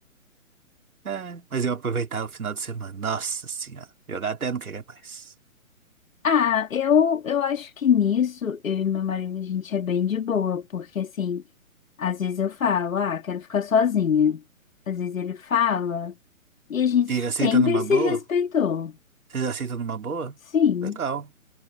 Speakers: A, on the right (about 85°); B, on the left (about 70°).
A: É, Mas eu aproveitava o final de semana. Nossa senhora. Jogar até não querer mais.
B: Ah, eu, eu acho que nisso eu e meu marido a gente é bem de boa, porque assim, às vezes eu falo, ah, quero ficar sozinha. Às vezes ele fala, e a gente
A: E
B: sempre
A: ele aceita numa
B: se
A: boa?
B: respeitou.
A: Vocês aceitam numa boa?
B: Sim,
A: Legal.